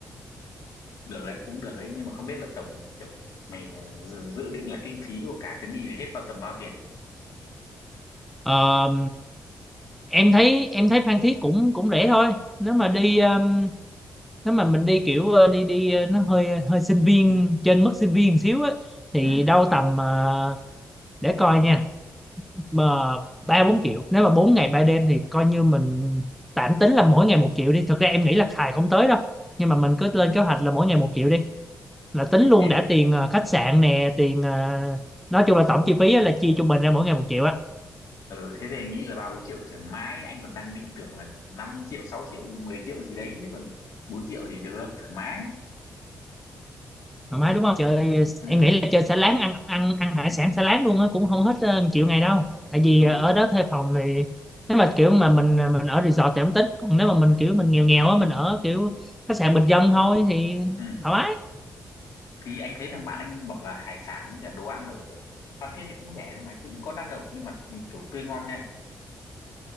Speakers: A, on the left (about 85°); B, in the centre.
A: được đấy cũng được đấy nhưng mà không biết là tổng kiểu mày ờ, dự, dự định là kinh phí của cả chuyến đi này hết vào tầm bao tiền
B: Ờ, em thấy em thấy Phan Thiết cũng cũng rẻ thôi nếu mà
A: ừ.
B: đi um, nếu mà mình đi kiểu ờ, đi đi ờ, nó hơi ờ, hơi sinh viên trên mức sinh viên xíu á thì
A: Ừ.
B: đâu tầm ờ, để coi nha mà ba bốn triệu nếu mà 4 ngày ba đêm thì coi như mình tạm tính là mỗi ngày một triệu đi thực ra em nghĩ là xài không tới đâu nhưng mà mình cứ lên kế hoạch là mỗi ngày một triệu đi là tính
A: thì
B: luôn
A: thế
B: đã tiền ờ, khách sạn nè tiền ờ, nói chung là tổng chi phí á là chia trung bình ra mỗi ngày một triệu á
A: ừ thế thì anh nghĩ là ba bốn triệu thoải mái anh còn đang định tưởng là 5 triệu 6 triệu 10 triệu gì đấy chứ còn 4 triệu thì được thoải mái
B: thoải mái đúng không chơi
A: ừ
B: em nghĩ là chơi xả láng ăn ăn ăn hải sản xả láng luôn á cũng không hết ờ, triệu ngày đâu tại vì
A: ừ,
B: ờ, ở đó thuê phòng thì nếu mà kiểu mà mình à, mình ở resort thì không tính còn nếu mà mình kiểu mình nghèo nghèo á mình ở kiểu khách sạn bình dân thôi thì
A: ừ.
B: thoải mái
A: thì anh thấy thằng bạn anh bảo là hải sản với cả đồ ăn ở Phan Thiết thì cũng rẻ đấy mà chứ cũng có đắt đâu nhưng mà ừ, kiểu tươi ngon nha